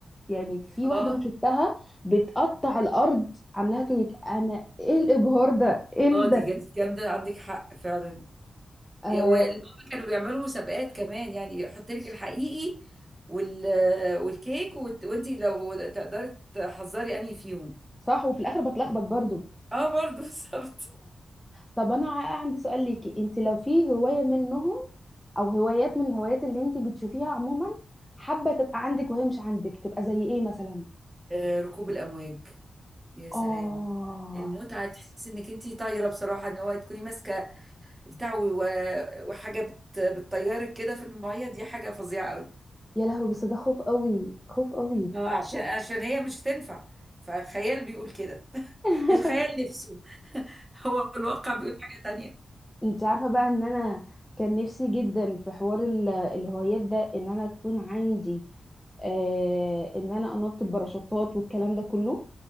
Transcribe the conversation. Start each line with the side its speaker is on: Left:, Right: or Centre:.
Centre: يعني في
Right: اه
Centre: واحدة أنا شفتها بتقطع الأرض عاملاها كيك أنا إيه الإبهار ده إيه ال-
Right: اه دي
Centre: ده
Right: كانت جامدة عندك حق فعلا
Centre: آه،
Right: والماما كانوا بيعملوا مسابقات كمان يعني يحط لك الحقيقي وال... والكيك وت... وانت لو تقدري تحذري انهي فيهم
Centre: صح وفي الآخر بتلخبط برضو
Right: اه برضو <laughs> بالظبط
Centre: طب أنا ع- عندي سؤال ليكي أنت لو في هواية منهم أو هوايات من الهوايات اللي أنت بتشوفيها عموما حابة تبقى عندك وهي مش عندك تبقى زي إيه مثلا
Right: آه، ركوب الأمواج يا
Centre: آه
Right: سلام المتعة تحسي انك انتي طايرة بصراحة ان هو تكوني ماسكة بتاع و- وحاجة بت... بتطيرك كده في المية دي حاجة فظيعة قوي
Centre: يا لهوي بس ده خوف قوي خوف قوي
Right: ما هو عشان عشان هي مش هتنفع فالخيال بيقول كده <laughs>
Centre: <laughs>
Right: الخيال نفسه <laughs> هو الواقع بيقول حاجة تانية
Centre: انت عارفة بقى ان انا كان نفسي جدا في حوار ال- الهوايات ده ان انا اكون عندي آه ان انا انط بباراشوتات والكلام ده كله